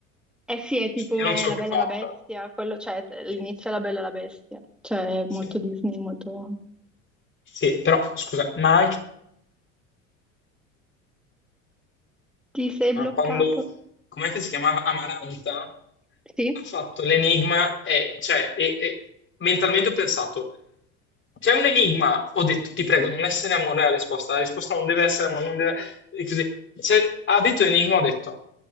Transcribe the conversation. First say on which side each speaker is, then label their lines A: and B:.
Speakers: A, in the centre; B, on the left.
A: Eh sì, è tipo
B: cioè, io
A: è
B: non ce l'ho
A: La
B: più
A: Bella
B: fatta.
A: e la Bestia, quello, cioè t- l'inizio
B: Sì,
A: è La Bella e la Bestia, cioè è
B: sì.
A: molto Disney, molto...
B: Sì, però scusa, ma anche
A: Ti sei
B: ma
A: bloccato?
B: quando, com'è che si chiamava Amaranta?
A: Sì?
B: ha fatto l'enigma e, cioè, e- e mentalmente ho pensato, c'è un enigma, ho detto, ti prego, non essere amore la risposta, la risposta non deve essere amore, non deve... e così. C'è- ha detto enigma, ho detto,